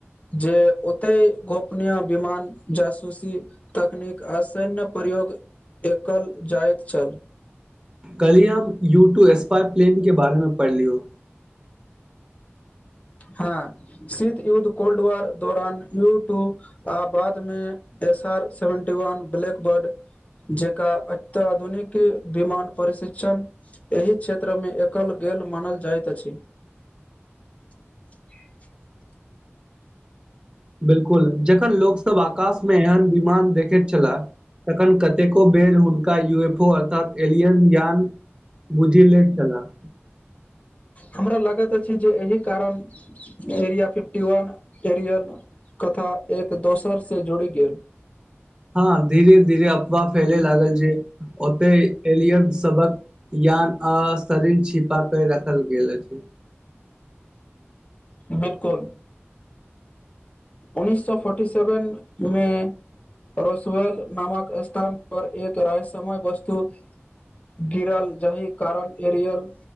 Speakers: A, on the left; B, on the right.
A: जे ओतय गोपनीय विमान जासूसी तकनीक आ सैन्य प्रयोग एकल जाइत छल।
B: काल्हिए हम यू टू स्पा प्लान के बारेमे पढ़ लियौ।
A: हँ शीत युद्ध, कोल्ड-वार दौरान यू-ट्यूब आ बादमे S R seventy one Blackbird जेकाॅं अत्याधुनिक विमान परिशिक्षण एहि क्षेत्रमे एकल गेल मानल जाइत अछि। <inaudible>
B: बिल्कुल, जखन लोक सभ आकाशमे एहन विमान देखैत छलाह तखन कतेको बेर हुनका यू एफ ओ अर्थात एलियन ज्ञान बुझि लैत छला
A: हमरा लगैत अछि जे एहि कारण एरिया फिफ्टी वन एरियन कथा एक दोसरसॅं जुड़ि गेल
B: हँ, धीरे-धीरे अफवाह फैले लागल छै ओते एलियन सभक यान आ शरीर छिपाकऽ राखल गेल अछि
A: बिल्कुल उन्नस सय फोर्टी सेवनमे रोस्वेल नामक स्थान पर एक रहस्यमय-वस्तु गिरल जाहि कारण एरियल